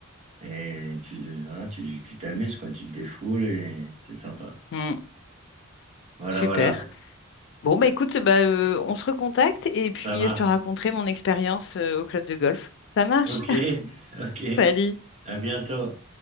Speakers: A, on the right; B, on the left.
A: Et tu voilà, tu tu t'amuses, quoi, tu te défoules et c'est sympa.
B: Mm.
A: Voilà,
B: Super.
A: voilà,
B: Bon, bah écoute, bah, euh, on se recontacte et puis
A: ça marche.
B: je te raconterai mon expérience euh, au club de golf. Ça marche?
A: OK, <laughs> OK,
B: <laughs> Salut!
A: à bientôt.